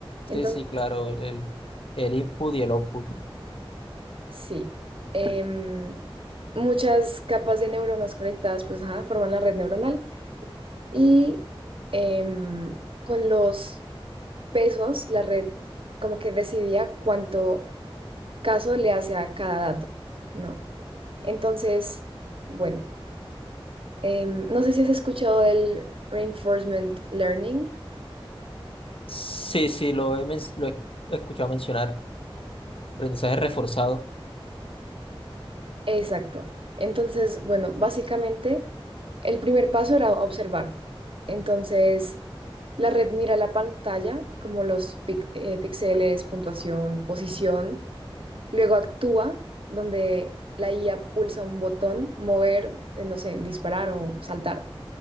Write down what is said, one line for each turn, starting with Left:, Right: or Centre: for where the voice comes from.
Right: Entonces,
Left: Sí, sí, claro, el, el input y el output.
Right: sí, em, muchas capas de neuronas conectadas pues ajá, forman la red neuronal Y em, con los pesos, la red como que decidía cuánto caso le hace a cada dato, ¿no? Entonces, bueno, em, no sé si has escuchado del reinforcement learning.
Left: Sí, sí, lo he, men- lo he escuchado mencionar. Aprendizaje reforzado.
Right: Exacto. Entonces, bueno, básicamente el primer paso era observar. Entonces, la red mira la pantalla como los pic- eh, píxeles, puntuación, posición Luego actúa, donde la IA pulsa un botón, mover, eh, no sé, disparar o saltar,